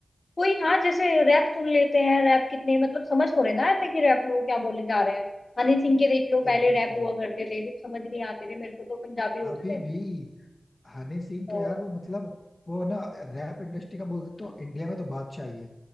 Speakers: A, on the left; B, on the left.
A: कोई हाँ जैसे रैप सुन लेते हैं रैप कितने मतलब समझ तो रहे ना आते कि रैप लोग क्या बोले जा रहे हैं हनी सिंह के देख लो पहले
B: Exactly
A: रैप हुआ
B: exactly.
A: करते थे कुछ समझ नहीं आते थे मेरे को तो पंजाबी होते
B: अभी
A: थे
B: भी हनी सिंह
A: तो
B: तो यार वो मतलब वो ना रैप इंडस्ट्री का बोल सकते हो इंडिया में तो बादशाह ही है